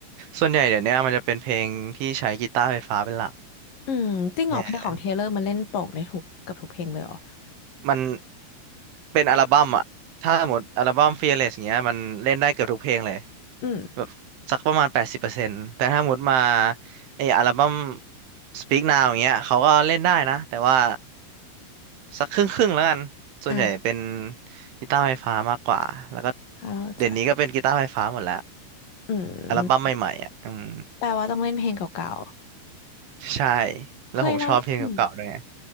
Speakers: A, on the right (about 80°); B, on the left (about 45°).
A: ส่วนใหญ่เดี๋ยวเนี้ยมันจะเป็นเพลงที่ใช้กีตาร์ไฟฟ้าเป็นหลัก
B: อืมจริงเหรอเพลงของเทเลอร์มันเล่นโปร่งนทุกกับทุกเพลงเลยเหรอ
A: เออมันเป็นอัลบั้มอะถ้าสมมติอัลบั้ม Fearless อย่างเงี้ยมันเล่นได้เกือบทุกเพลงเลย
B: อืม
A: แบบสักประมาณแปดสิบเปอร์เซ็นต์แต่ถ้าหมดมาไออัลบั้ม Speak Now อย่างเงี้ยเขาก็เล่นได้นะแต่ว่าสักครึ่งครึ่งแล้วกันส่วนใหญ่เป็น
B: อ่า
A: กีตาร์ไฟฟ้ามากกว่าแล้วก็
B: เข้าใจ
A: เดี๋ยวนี้ก็เป็นกีตาร์ไฟฟ้าหมดแล้ว
B: อื
A: อัลบั้มใหม่ๆอ่ะอืม
B: มแปลว่าต้องเล่นเพลงเก่า
A: ใช่
B: ๆเฮ้ยเราอืม
A: แล้วผมชอบเพลงเก่าๆด้วยไง